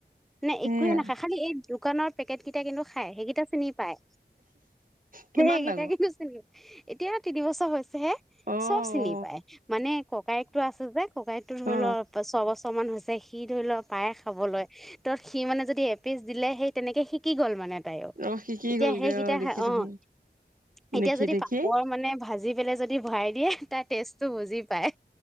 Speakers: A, in the centre; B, on the right.
A: নে
B: সেয়া
A: একয়ে নাখায় খালি এই দোকানত পেকেট কেইটা কিন্তু খাই সেইকেইটা চিনি পায়
B: কিমান
A: সেইকেইটা
B: ডাঙৰ
A: কিন্তু চিনি, এতিয়া, তিন বছৰ হৈছেহে,
B: অ
A: চব চিনি
B: অ
A: পায় মানে ককায়েক টো আছে যে, ককায়েকটো ধৰি
B: অ
A: লও ছবছৰ। প্ৰমান হৈছে। সি ধৰি লও পায় খাবলৈ তত সি মানে যদি এপিচ দিলে সেই তেনেকে শিক শিকি গল মানে, তাইও
B: অ শিকি
A: এতিয়া
B: গ'লগৈ
A: সেইকেইটা
B: দেখি
A: অ'
B: দেখি
A: এতিয়া
B: দেখি
A: যদি
B: দেখি
A: পাপৰ মানে ভাজি পেলাই যদি ভৰাই দিয়ে তাৰ টেষ্টটো বুজি পায়।